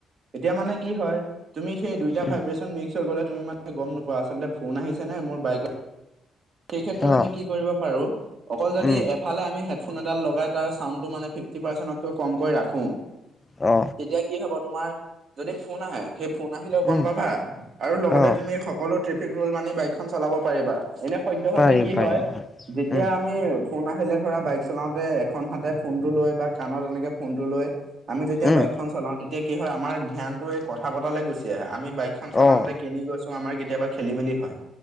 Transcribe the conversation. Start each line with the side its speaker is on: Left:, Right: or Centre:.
Right: এতিয়া মানে কি হয় তুমি সেই দুইটা
Left: উম
Right: ভাইব্ৰেচন মিক্স গ'লে তুমি মান গম নপোৱা আচলতে ফোন আহিছে নে মোৰ বাইকত সেই ক্ষেত্ৰত
Left: অঁ
Right: আমি কি কৰিব পাৰো অকল যদি
Left: উম
Right: এফালে আমি হেডফোন এডাল লগাই তাৰ চাউণ্ডটো মানে ফিফটি পাৰ্চেণ্টতকৈ কমকে কৰি ৰাখোঁ <inaudible>
Left: অ।
Right: তেতিয়া কি হ'ব তোমাৰ যদি ফোন আহে সেই ফোন আহিলেও গম
Left: উম
Right: পাবা আৰু লগতে
Left: অঁ
Right: তুমি সকলো ট্ৰেফিক ৰুল মানি বাইকখন চলাব পাৰিবা। এনে সদ্যহতে
Left: পাৰিম
Right: কি
Left: পাৰিম
Right: হয় যেতিয়া
Left: উম
Right: আমি ফোন আহিলে ধৰা বাইক চলাওতে এখন হাতে ফোনটো লৈ বা কাণত এনেকে ফোনটো লৈ আমি যেতিয়া
Left: উম
Right: বাইকখন চলাও তেতিয়া কি হয় আমাৰ ধ্যানটো এই কথা পতালে গুচি আহে আমি বাইকখন চলাওঁতে
Left: অঁ
Right: কেনি গৈছো আমাৰ কেতিয়াবা খেলি-মেলি হয়।